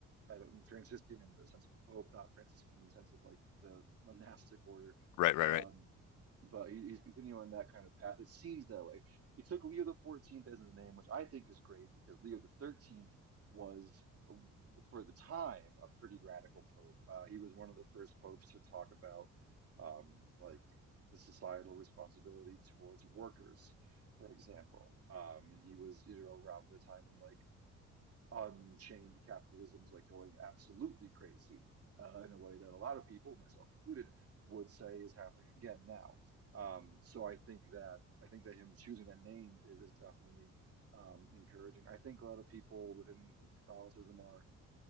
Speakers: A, on the right; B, on the left.
A: I don't Franciscan in the sense of the Pope, not Franciscan in the sense of like the monastic order.
B: Right, right,
A: Um,
B: right.
A: but he, he's continuing on that kind of path. It seems that way. He took Leo the 14th as his name, which I think is great because Leo the 13th was uh, for the time a pretty radical pope. Uh, he was one of the first popes to talk about um like the societal responsibility towards workers for example. Um, and he was, you know, around the time when like unchained capitalism was like going absolutely crazy uh, in a way that a lot of people, myself included, would say is happening again now. Um, so I think that I think that him choosing that name is, is definitely um, encouraging. I think a lot of people within Catholicism are,